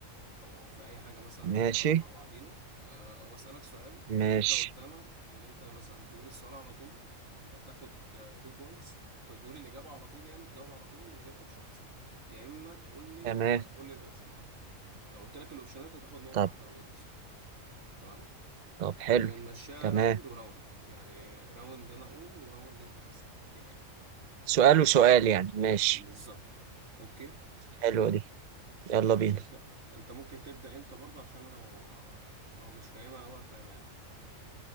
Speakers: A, on the right (about 85°); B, on the right (about 50°).
A: او او في اي حاجة مثلا
B: ماشي
A: هنختارها مع بعضينا أه واسالك سؤال
B: ماشي
A: وانت قدامك ان انت مثلا تقول السؤال على طول فتاخد 2 بوينتس تقول الإجابة على طول يعني تجاوب على طول من غير اوبشنز يا اما تقول لي
B: تمام
A: لا قول لي الاوبشنات لو قلت لك الاوبشنات هتاخد نقطة
B: طب
A: واحدة لو جاوبت صح تمام
B: طب
A: ونمشيها
B: حلو تمام
A: راوند وراوند يعني راوند انا اقول وراوند انت تسأل كده يعني
B: سؤال وسؤال يعني ماشي
A: بالظبط اوكي
B: حلوة دي يلا
A: ماشي
B: بينا
A: انت انت ممكن تبدأ انت برضو عشان لو لو مش فاهمها اوي افهمها لك